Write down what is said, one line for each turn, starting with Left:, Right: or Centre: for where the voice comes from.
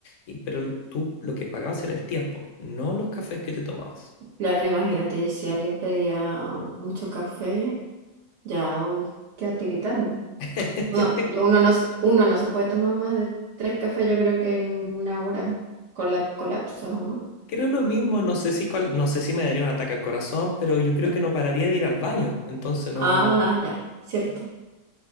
Left: Y, pero tú lo que pagabas era el tiempo, no los cafés que te tomabas.
Right: Claro, imagínate, y si alguien pedía mucho café, ya, uy, queda tiritando.
Left: <laughs>
Right: Bueno, uno no, se- uno no se puede tomar más de tres cafés, yo creo que en una hora colap colapsas, ¿o no?
Left: Creo lo mismo, no sé si cuál- no sé si me daría un ataque al corazón, pero yo creo que no pararía de ir al baño. Entonces no.
Right: Ah, ya, cierto.